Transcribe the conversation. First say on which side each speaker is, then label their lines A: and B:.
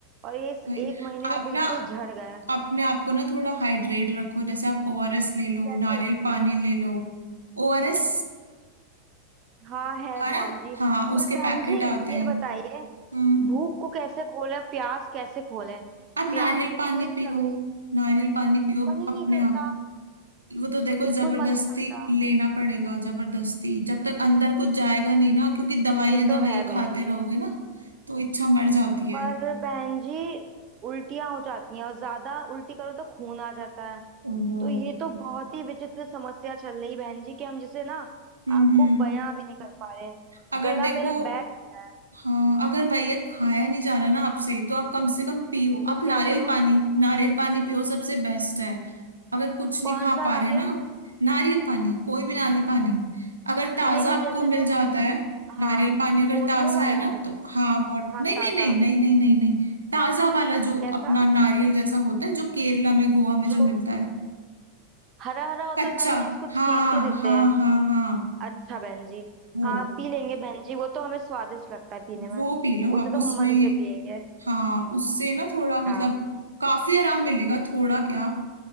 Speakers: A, on the right; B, on the right.
A: और ये इस
B: भाई
A: एक महीने ना
B: आप
A: बिल्कुल
B: ना
A: झड़ गए
B: अपने आप को ना थोड़ा हाइड्रेट रखो जैसे आप ओआरएस ले लो
A: कैसे
B: नारियल
A: रखें
B: पानी
A: बहन
B: ले लो ओआरएस
A: हाँ है
B: है
A: बहन
B: ना
A: जी
B: हाँ उसके
A: पर बहन
B: पैकेट
A: जी
B: आते
A: ये
B: हैं
A: बताइए
B: हम्म
A: भूख को कैसे खोलें प्यास कैसे खोलें प्यास
B: आप नारियल
A: बिल्कुल
B: पानी
A: ही नहीं
B: पियो
A: लग रही
B: नारियल पानी पियो
A: मन ही
B: अपने
A: नहीं करता
B: आप वो तो देखो
A: बिल्कुल
B: जबरदस्ती
A: मन नहीं करता
B: लेना पड़ेगा जबरदस्ती जब तक अंदर कुछ जाएगा नहीं ना क्योंकि दवाइयां
A: ये
B: दवाइयां
A: तो है बहन
B: खाते
A: जी
B: रहोगे ना तो इच्छा मर जाती है
A: पर बहन जी उल्टियां हो जाती हैं और ज्यादा उल्टी करो तो खून आ जाता है
B: हम्म
A: तो ये तो बहुत ही विचित्र समस्या चल रही बहन जी कि हम जिसे ना
B: हम्म
A: आपको बयां भी नहीं कर पा रहे
B: अगर
A: गला
B: देखो
A: मेरा बैठ गया है
B: हाँ अगर भैया खाया नहीं जा रहा ना आपसे तो आप कम से कम पियो
A: तो
B: आप नारियल
A: क्या करूं
B: पानी नारियल पानी पियो सबसे बेस्ट है अगर कुछ नहीं
A: कौन
B: खा
A: सा
B: पा
A: नारियल
B: रहे ना नारियल पानी कोई भी नारियल पानी अगर ताजा
A: नहीं नहीं
B: आपको
A: जैसे
B: मिल
A: जो
B: जाता है नारियल
A: हाँ
B: पानी अगर
A: बोतलों
B: ताजा
A: वाला
B: है ना तो हाँ बहुत
A: हाँ
B: नहीं
A: ताजा
B: नहीं नहीं नहीं नहीं नहीं नहीं ताजा वाला जो
A: कैसा
B: अपना नारियल जैसा होता है जो केरला में गोवा में
A: जो
B: जो मिलता है
A: हरा हरा होता
B: कच्चा
A: है बहन जी इसको
B: हाँ
A: छील के देते
B: हाँ
A: हैं
B: हाँ हाँ
A: अच्छा बहन जी
B: वो
A: हाँ पी लेंगे बहन जी वो तो हमें स्वादिष्ट लगता है पीने में
B: वो पी लो
A: उसे
B: आप
A: तो
B: उसमें
A: हम मन से पियेंगे
B: हाँ उससे ना थोड़ा मतलब
A: हाँ
B: काफी आराम मिलेगा थोड़ा क्या